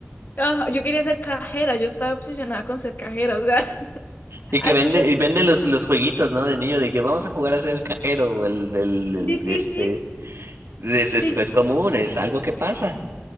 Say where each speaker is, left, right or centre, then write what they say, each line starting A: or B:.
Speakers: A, on the left; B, on the right.
A: Ajá, yo quería ser cajera, yo estaba obsesionada con ser cajera, o sea, <laughs>
B: Y
A: hasta
B: que vende,
A: ser...
B: y vende los, los jueguitos, ¿no? De niño, de que vamos a jugar a ser el cajero, o el, el, el-
A: Sí, Sí,
B: este,
A: sí,
B: es,
A: sí.
B: es, es común, es algo que pasa.